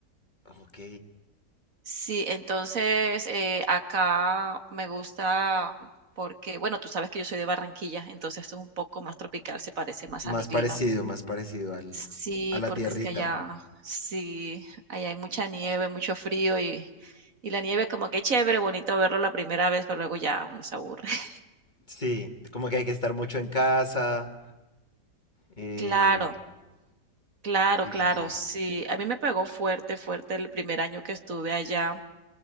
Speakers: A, on the left (about 25°); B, on the right (about 50°).
A: Ok.
B: Sí, entonces eh, acá me gusta porque, bueno, tú sabes que yo soy de Barranquilla, entonces esto es un poco más tropical, se parece más
A: Más
B: a mi clima.
A: parecido, más parecido al,
B: Sí,
A: a la
B: porque
A: tierrita.
B: es que allá, sí, allá hay mucha nieve, mucho frío y, y la nieve como que chévere, bonito verlo la primera vez, pero luego ya uno se aburre. <laughs>
A: Sí, como que hay que estar mucho en casa. Eh,
B: Claro, claro,
A: sí,
B: claro,
A: sí, sí.
B: sí. A mí me pegó fuerte, fuerte el primer año que estuve allá